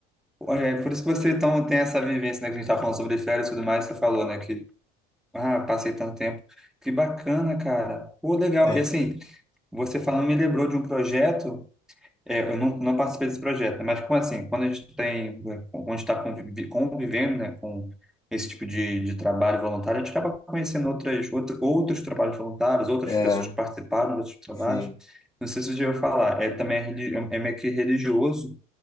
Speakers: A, in the centre; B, on the left.
A: Olha, é por isso que você então tem essa vivência, né, que a gente tá falando sobre férias e tudo mais, você falou, né, que, ah, passei tanto tempo. Que bacana, cara. Pô, legal.
B: É.
A: E assim, você falando me lembrou de um projeto, é, eu não, não participei desse projeto, né, mas como assim, quando a gente tem, quando a gente está convivendo, né, com esse tipo de, de trabalho voluntário, a gente acaba conhecendo outras, outro, outros trabalhos voluntários, outras
B: É,
A: pessoas que participaram de outros trabalhos.
B: sim,
A: Não sei se você já ouviu falar, é também é, religi- é meio que religioso,